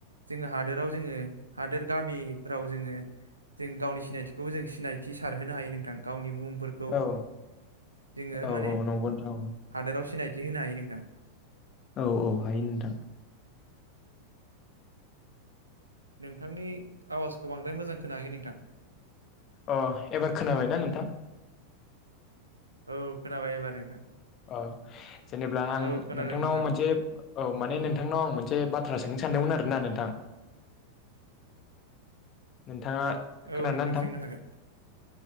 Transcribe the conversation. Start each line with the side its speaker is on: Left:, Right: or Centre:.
Right: जोङो हादोराव जोङो हादोर गामिफ्राव जोङो जों गावनि सिनायथिखौबो जों सिनायथि सारहोनो हायो नोंथां गावनि मुं फोरखौ
Left: औ
Right: जोङो
Left: औ
Right: माने
Left: औ नंगौ नोंथां
Right: हादोराव सिनायथि होनो हायो नोंथां।
Left: औ औ हायो नोंथां
Right: नोंथांनि आवाजखौ बांद्राय मोजां खोनायाखै नोंथां।
Left: अ एबार खोनाबायना नोंथां
Right: खोनाबायबा एबार नोंथां
Left: औ जेनेब्ला आं
Right: औ खोनादों
Left: नोंथांनाव
Right: नोंथां
Left: मोनसे औ माने नोंथांनाव आं मोनसे बाथ्रा सोंनो सानदोंमोन आरोना नोंथां। नोंथाङा खोनादों
Right: औ
Left: नोंथां?
Right: सोंनो हागोन